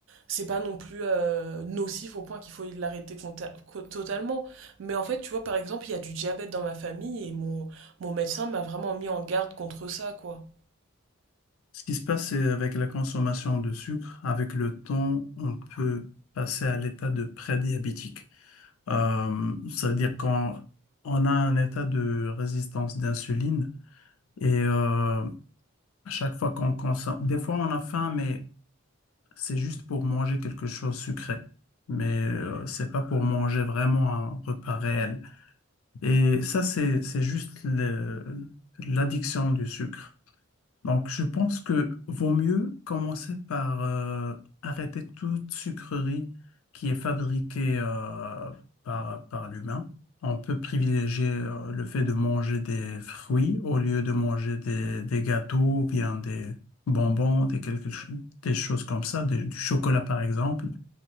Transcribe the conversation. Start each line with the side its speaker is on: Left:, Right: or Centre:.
Right: c'est pas non plus euh, nocif au point qu'il faut l'arrêter conta- co- totalement. Mais en fait, tu vois, par exemple, il y a du diabète dans ma famille et mon mon médecin m'a vraiment mis en garde contre ça, quoi.
Left: Ce qui se passe, c'est avec la consommation de sucre, avec le temps, on peut passer à l'état de prédiabétique. Euh, ça veut dire quand on a un état de résistance d'insuline et euh, à chaque fois qu'on consomme, des fois on a faim, mais c'est juste pour manger quelque chose sucré. Mais euh, c'est pas pour manger vraiment un repas réel. Et ça, c'est c'est juste le- l'addiction du sucre. Donc, je pense que vaut mieux commencer par euh, arrêter toute sucrerie qui est fabriquée euh, par, par l'humain. On peut privilégier euh, le fait de manger des fruits au lieu de manger des, des gâteaux ou bien des bonbons, des, quelque cho- des choses comme ça, des- du chocolat par exemple.